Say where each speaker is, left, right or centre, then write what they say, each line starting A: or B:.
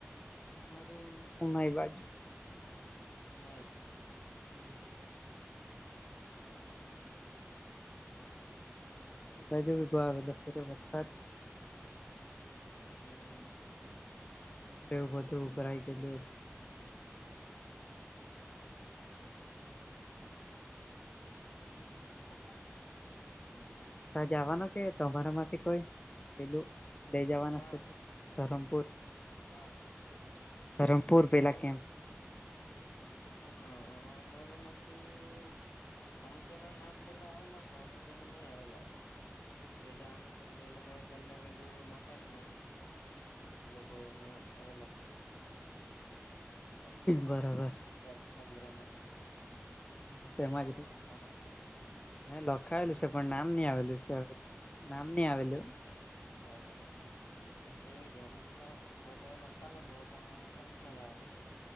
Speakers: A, on the left (about 25°); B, on the left (about 65°).
A: મારું ઉનાઈ બાજુ.
B: ઉનાઈ
A: હમ
B: બરાબર
A: એ બાજ ગવા આવેસે રે વરસાત
B: હમ
A: તેવું બધું ભરાય કે દુંર
B: <unintelligible> <unintelligible>
A: ત જવાનો કે તમારા માંથી કોઈ પેલું લઈ જવાના
B: કા
A: છે ધરમપુર
B: કા?
A: ધરમપુર પેલા
B: ધરમપુર
A: કેમ્પ
B: હ હા મારોમાંથી અમુક જે ના નામ પેલા આવેલા છે અમુક જેના નહી આવેલા
A: એવું
B: જે
A: જ રે
B: જાનુંટર જે લોકો એ પહેલે પેલું લખેલું નામ એલોકો
A: હા
B: એને આવે લાગશે કેમ્પમાં
A: બરાબર
B: રાજચંદ્રમાં
A: હા
B: તું
A: તેમાંજ
B: જવાનો
A: રે
B: હ હા
A: મે લખાયેલું છે પણ નામ નહી આવેલું છે હવે નામ ની આવેલું
B: બરાબર તેવું છે અમુક ને બધા લખાલા બ હોય પણ અમુક અમુક જ આવેલા શે